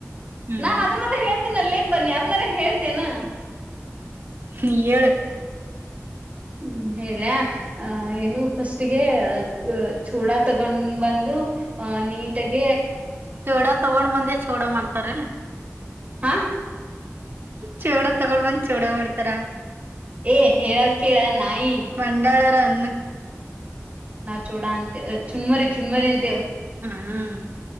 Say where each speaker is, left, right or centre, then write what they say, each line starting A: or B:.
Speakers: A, on the right; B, on the right.
A: ಹ್ಮ್
B: ನಾ ಅದನ್ನಾದ ಹೇಳ್ತೇನ ಅಲ್ಲಿ ಪ ನೀ ಅದನ್ನಾದ್ರ ಹೇಳ್ತಿಯೆನಾ
A: ನೀ ಹೇಳು
B: ಹ್ಮ್ ಹೇಳ ಆ ಏನು ಫಸ್ಟ್ಗೆ ಚೂಡ ತಗೊಂಡ್ ಬಂದು ಆ ನೀಟಾಗ
A: ಚೋಡ ತಗೊಂಡ್ ಬಂದೆ ಚೋಡ ಮಾಡ್ತಾರಲ್ಲ
B: ಹಾ
A: ಚೋಡ ತಗೊ ಬಂದ್ ಚೋಡ ಮಾಡ್ತಾರ
B: ಏ ಹೇಳದ್ ಕೆಳ ನಾಯಿ
A: ಬಂಡಾಳರ ಅನ್ನು
B: ನಾವ್ ಚೋಡ ಅಂತ ಚುರ್ ಮುರಿ ಚುರಮುರಿ ಅಂತೇವ್
A: ಹ್ಮ್